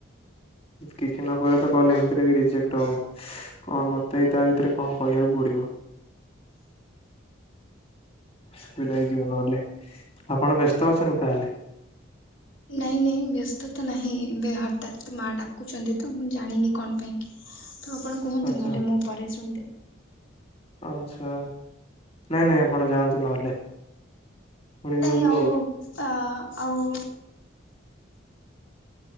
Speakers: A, on the left; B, on the left.
A: କିଛି ନ କହିଲେ ତ କଲ୍ ଏମିତି ରେ ବି ରିଜେକ୍ଟ ହବ। କଣ ମତେ ବି ତା ଭିତରେ କଣ କହିବାକୁ ପଡ଼ିବ। ଅସୁବିଧା ହେଇଯିବ ନହେଲେ ଆପଣ ବ୍ୟସ୍ତ ଅଛନ୍ତି ତାହେଲେ?
B: ନାଇଁ ନାଇଁ ବ୍ୟସ୍ତ ତ ନାହିଁ ଏବେ ହଠାତ୍ ମା ଡାକୁଚନ୍ତି ତ ମୁଁ ଜାଣିନି କଣ ପାଇଁ କି। ଆପଣ କୁହନ୍ତୁ
A: ଆଚ୍ଛା
B: ନହେଲେ ମୁଁ ପରେ ଶୁଣିଦେବି।
A: ଆଚ୍ଛା ନାଇଁ ନାଇଁ ଆପଣ ଯାଆନ୍ତୁ ନହେଲେ। ଶୁଣି
B: ନାଇଁ
A: ଦିଅନ୍ତୁ
B: ଆଉ ଆ ଆଉ